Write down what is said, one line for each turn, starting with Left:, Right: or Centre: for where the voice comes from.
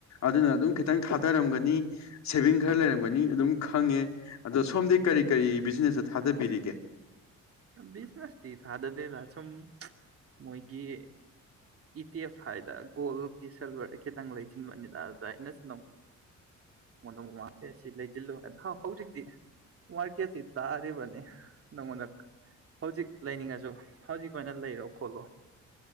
Left: ꯑꯗꯨꯅ ꯑꯗꯨꯝ ꯈꯤꯇꯪ ꯊꯥꯗꯔꯝꯒꯅꯤ ꯁꯦꯚꯤꯡ ꯈꯔ ꯂꯩꯔꯝꯒꯅꯤ ꯑꯗꯨꯝ ꯈꯪꯉꯦ ꯑꯗꯣ ꯁꯣꯝꯗꯤ ꯀꯔꯤ ꯀꯔꯤ ꯕꯤꯖꯤꯅꯦꯁꯇ ꯊꯥꯗꯕꯤꯔꯤꯒꯦ
Right: ꯁ ꯅꯁꯤꯇ ꯐꯥꯗꯗ ꯇꯁꯨꯝ ꯃꯣꯏꯒꯤ ꯏ ꯇꯤ ꯑꯦꯐ ꯍꯥꯏꯗ ꯒꯣꯜꯗꯤꯤ ꯁꯤꯜꯚꯔ ꯈꯤꯇꯪ ꯂꯩꯁꯤꯟꯕꯅꯤꯅ ꯑꯗꯨꯗ ꯑꯩꯅꯆꯤꯟꯜ ꯅꯪꯉꯣꯟꯗ ꯃꯃꯥꯡ ꯑꯦ ꯁꯤ ꯂꯩꯁꯤꯜꯂꯨ ꯍꯥꯏ ꯍꯧꯖꯤꯛꯇꯤ ꯃꯥꯔꯀꯦꯠꯁꯤ ꯇꯥꯔꯤꯕꯅꯤ ꯅꯪꯉꯣꯟꯗ ꯍꯧꯖꯤꯛ ꯂꯩꯅꯤꯡꯉꯁꯨ ꯍꯧꯖꯤꯛ ꯑꯣꯏꯅ ꯂꯩꯔꯣ ꯈꯣꯠꯂꯣ